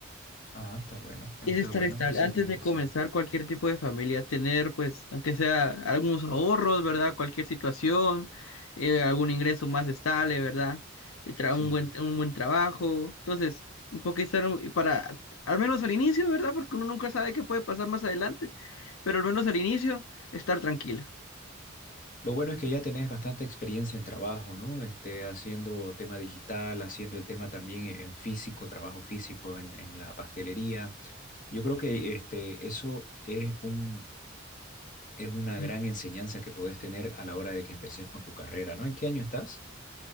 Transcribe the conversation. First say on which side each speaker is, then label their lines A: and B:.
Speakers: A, on the left; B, on the left.
A: Ah, está bueno, está
B: Es estar
A: bueno,
B: estable.
A: así
B: Antes
A: tiene
B: de
A: que
B: comenzar
A: ser.
B: cualquier tipo de familia, tener, pues, aunque sea algunos ahorros, ¿verdad? Cualquier situación, eh, algún ingreso más estable, ¿verdad? Eh, tra-
A: Sí.
B: un buen, un buen trabajo. Entonces, un poco estar un- para, al menos al inicio, ¿verdad? Porque uno nunca sabe qué puede pasar más adelante, pero al menos al inicio, estar tranquilo.
A: Lo bueno es que ya tenés bastante experiencia en trabajo, ¿no? Este, haciendo tema digital, haciendo el tema también en en físico, trabajo físico en, en la pastelería. Yo creo que este, eso es un, es una
B: ¿sí?
A: gran enseñanza que podés tener a la hora de que empecés con tu carrera, ¿no? ¿En qué año estás?